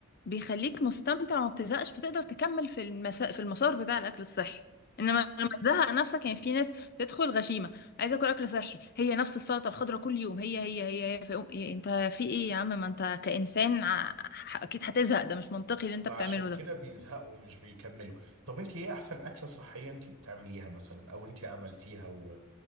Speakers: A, on the left; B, on the right.
A: بيخليك مستمتع وما بتزهقش فتقدر تكمل في المسا... في المسار بتاع الاكل الصحي انما لما تزهق نفسك يعني في ناس تدخل غشيمه عايزه اكل اكل صحي هي نفس السلطه الخضراء كل يوم هي هي هي, هي. فيقوم يا انت في ايه يا عم ما انت كانسان ع- ح- اكيد هتزهق ده مش منطقي اللي انت
B: وعشان
A: بتعمله
B: كده
A: ده
B: بيزهقوا مش بيكملوا طب انت ايه احسن اكلة صحية انت بتعمليها مثلا او انت عملتيها و...